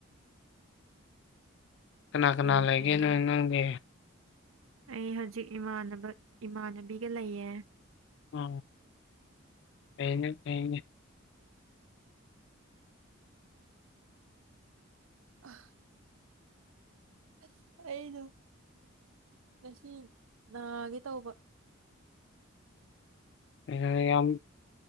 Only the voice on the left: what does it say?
ꯀꯅꯥ ꯀꯅꯥ
ꯂꯩꯒꯦ
ꯅꯣꯏ ꯅꯪꯒꯤ
ꯑ ꯀꯩꯩꯅ ꯀꯩꯩꯅ
ꯑ ꯌꯥꯝ